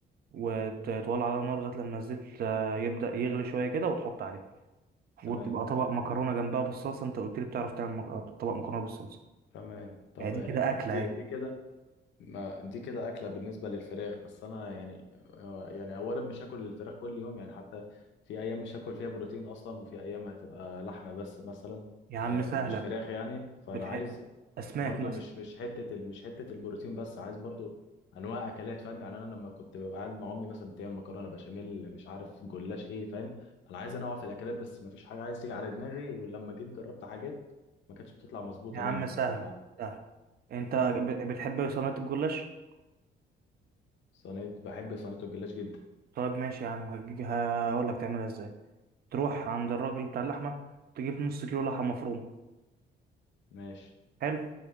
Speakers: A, on the right; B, on the left.
A: وتولع عليها نار لغاية لما الزيت آه، يبدأ يغلي شوية كده وتحط عليه
B: تمام
A: وتبقى طبق مكرونة جنبها بالصلصة انت قلت لي بتعرف تعمل مك... آه، طبق مكرونة بالصلصة
B: تمام طب
A: ادي
B: آه،
A: كده أكلة
B: دي
A: اهي
B: دي كده ما دي كده أكلة بالنسبة للفراخ بس أنا يعني آه، يعني أولا مش هاكل الفراخ كل يوم يعني حتى في أيام مش هاكل فيها بروتين أصلا وفي أيام هتبقى لحمة بس مثلا
A: يا عم
B: آه،
A: سهلة
B: مش فراخ يعني فأنا
A: بتح...
B: عايز
A: أسماك
B: برضو
A: مثلا
B: مش مش حتة ال- مش حتة البروتين بس عايز برضو أنواع أكلات فاهم يعني أنا لما كنت ببقى قاعد مع أمي مثلا بتعمل مكرونة بشاميل مش عارف جلاش إيه فاهم أنا عايز أنوع في الأكلات بس مفيش حاجة عايز تيجي على دماغي ولما جيت جربت حاجات ما كانتش بتطلع مظبوطة
A: يا عم
B: مني
A: سهلة
B: ف
A: سهلة انت ب- بتحب صينية الجلاش
B: صينية بحب صينية الجلاش جدا
A: طيب ماشي يا عم هجي... هقول لك تعملها ازاي تروح عند الراجل بتاع اللحمة تجيب نص كيلو لحمة مفرومة
B: ماشي
A: حلو